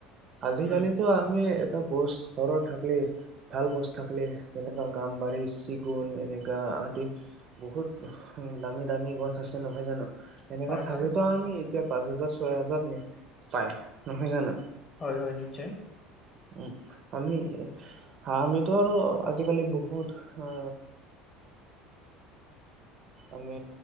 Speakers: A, on the right (about 50°); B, on the left (about 35°).
A: আজিকালিতো
B: উম,
A: আমি এটা গছ ঘৰত থাকলেই- ভাল গছ থাকিলেই যেনেকা গামবাৰী চিগুন এনেকা আদি- বহুত দামী দামী গছ আছে নহয় জানো? এনেকা
B: হয়,
A: থাকলেতো
B: হয়,
A: আমি এতিয়া- পাঁচ হাজাৰ ছয় হাজাৰ পায় নহয় জানো?
B: হয় হয় নিশ্চয়।
A: উম আমি আমিতো আৰু আজিকালি বহুত- হা। আমি